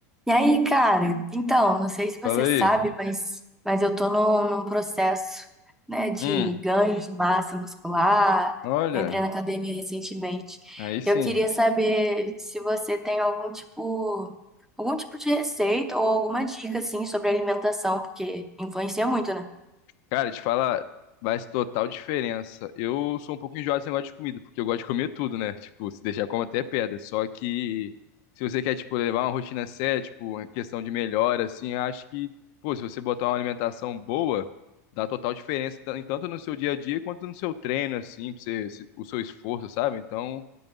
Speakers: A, in the centre; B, on the left.
A: E aí, cara? Então, não sei se você
B: Fala aí.
A: sabe, mas, mas eu tô num, num processo, né, de
B: Hum,
A: ganho de massa muscular.
B: olha,
A: Eu entrei na academia recentemente.
B: aí sim.
A: Eu queria saber se você tem algum tipo, algum tipo de receita ou alguma dica, assim, sobre alimentação, porque influencia muito, né?
B: Cara, te falar, faz total diferença. Eu sou um pouco enjoado desse negócio de comida, porque eu gosto de comer tudo, né? Tipo, se deixar, como até pedra. Só que se você quer, tipo, levar uma rotina séria, tipo, uma questão de melhora, assim, eu acho que, pô, se você botar uma alimentação boa, dá total diferença, tan- tanto no seu dia a dia quanto no seu treino, assim, pra você, se- o seu esforço, sabe? Então.